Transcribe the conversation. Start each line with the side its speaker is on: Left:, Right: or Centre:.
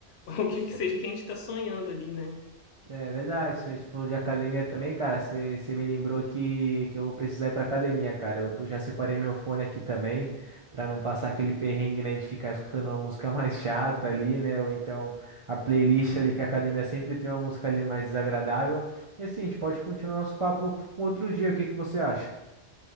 Left: <laughs> o que que seja que a gente está sonhando ali, né?
Right: É verdade, você falou de academia também, cara. Você, você me lembrou que, que eu vou precisar ir pra academia, cara. Eu tô- já separei meu fone aqui também, pra não passar aquele perrengue, né, de ficar escutando uma <laughs> música mais chata ali, né? Ou então a playlist ali, que a academia sempre tem uma música ali mais desagradável. E assim, a gente pode continuar nosso papo um outro dia, o que que você acha?